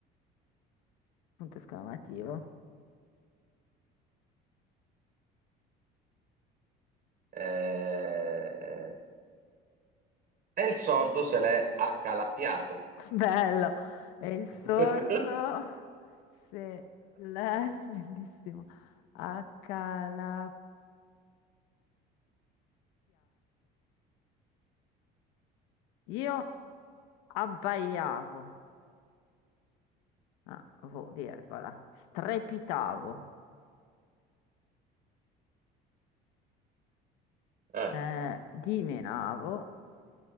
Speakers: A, on the left; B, on the right.
A: Punto esclamativo.
B: Eh, E il sordo se l'è accalappiato.
A: <laughs> Bello. E il sordo
B: <laughs>
A: se l'è <laughs> bellissimo accalappiato. Io abbaiavo, ah, vo- virgola, strepitavo,
B: Eh.
A: eh, dimenavo,